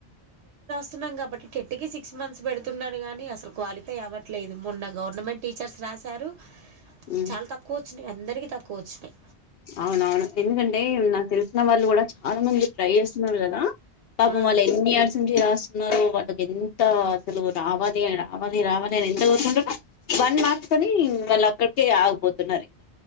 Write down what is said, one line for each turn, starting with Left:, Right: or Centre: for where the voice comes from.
Right: వస్తున్నాం కాబట్టి టెట్ కి సిక్స్ మంత్స్ పెడుతున్నాడు కానీ అసలు క్వాలిఫై అవ్వట్లేదు మొన్న గవర్నమెంట్ టీచర్స్ రాశారు
Left: ఉమ్,
Right: చాల తక్కువచ్చునయి ఎ అందరికీ తక్కువ వచ్చినయి
Left: అవునవును ఎందుకంటే నాకు తెలిసిన వాళ్ళు కూడా చాలా మంది ట్రై చేస్తున్నారు కదా పాపం
Right: ఆ,
Left: వాళ్ళు ఎన్ని ఇయర్స్ నుండి రాస్తున్నారు వాళ్ళకి ఎంత అసలు రావాలి రావాలి రావాలి అని ఎంత కోరుకుంటరు వన్ మార్కొని వాళ్ళు అక్కడికే ఆగిపోతున్నారు ఇంకా